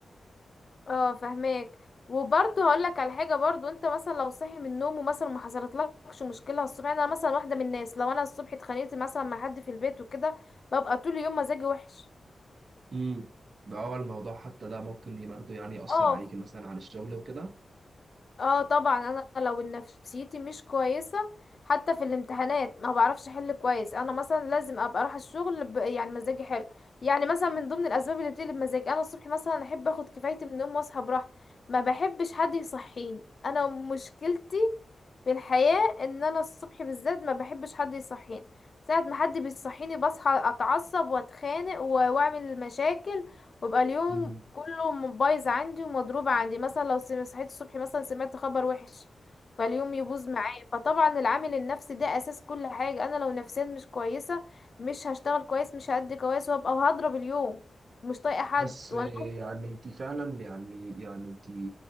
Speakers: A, on the left; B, on the right.
A: اه فهماك وبرضه هقول لك على حاجه برضه انت مثلا لو صاحي من النوم ومثلا ما حصلتلكش مشكله الصبح يعني انا مثلا واحده من الناس لو انا الصبح اتخانقت مثلا مع حد في البيت وكده ببقى طول اليوم مزاجي وحش
B: امم ده هو الموضوع حتى ده ممكن برضه يعني يأثر
A: اه
B: عليكي مثلا على الشغل وكده
A: اه طبعا انا لو نفسيتي مش كويسه حتى في الامتحانات ما بعرفش احل كويس انا مثلا لازم ابقى اروح الشغل ب... يعني مزاجي حلو يعني مثلا من ضمن الاسباب اللي بتقلب مزاجي انا الصبح مثلا احب اخد كفايتي من النوم واصحى براحتي ما بحبش حد يصحيني انا مشكلتي في الحياة ان انا الصبح بالذات ما بحبش حد يصحيني ساعة ما حد بيصحيني بصحى اتعصب واتخانق و- واعمل مشاكل ويبقى اليوم
B: امم
A: كله م- بايظ عندي ومضروب عندي مثلا لو سم- صحيت الصبح مثلا سمعت خبر وحش فاليوم يبوظ معايا فطبعا العامل النفسي ده اساس كل حاجة انا لو نفسيا مش كويسة مش هشتغل كويس مش هأدي كويس وهبقى وهضرب اليوم ومش طايقة حد
B: بس يعني
A: وانا
B: انت فعلا يعني يعني انت